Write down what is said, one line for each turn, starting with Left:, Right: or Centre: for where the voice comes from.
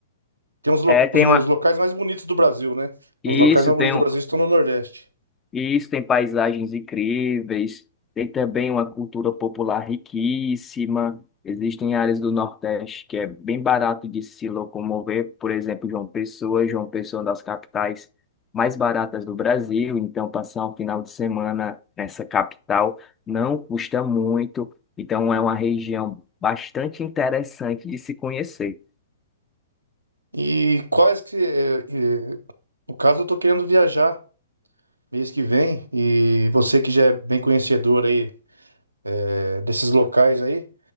Right: Tem os, lo-
Left: É, tem
Right: os, os
Left: uma...
Right: locais mais bonitos do Brasil, né?
Left: Isso,
Right: Os locais mais bonitos
Left: tem
Right: do
Left: um...
Right: Brasil estão no Nordeste.
Left: E isso tem paisagens incríveis, tem também uma cultura popular riquíssima. Existem áreas do Nordeste que é bem barato de se locomover, por exemplo, João Pessoa. João Pessoa é uma das capitais mais baratas do Brasil, então passar um final de semana nessa capital não custa muito. Então é uma região bastante interessante de se conhecer.
Right: E quais que é, é, no caso eu tô querendo viajar mês que vem e você que já é bem conhecedor aí é, desses locais aí,